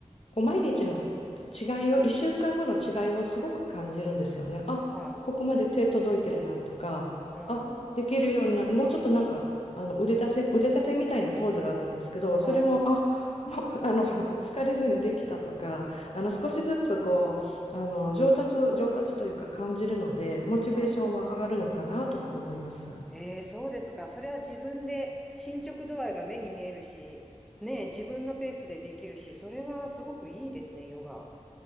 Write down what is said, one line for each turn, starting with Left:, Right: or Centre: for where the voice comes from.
Left: こう毎日の違いを、1週間後の違いをすごく感じるんですよね。あ、
Centre: は
Left: ここまで手届いてるなとか、
Centre: い。うん。
Left: あ、できるようにな、もうちょっとなんか、あの腕立て、腕立てみたいなポーズがあるんですけど、
Centre: はい。
Left: それも、あ、もう、あの、<laughs> 疲れずにできたとか、あの、
Centre: うん。
Left: 少しずつこう、あの、上達、上達というか感じるので、モチベーションは上がるのかなとは思います。
Centre: はい。ええ、そうですか。それは自分で進捗度合いが目に見えるし、ねえ、自分のペースでできるし、それはすごくいいですね、ヨガ。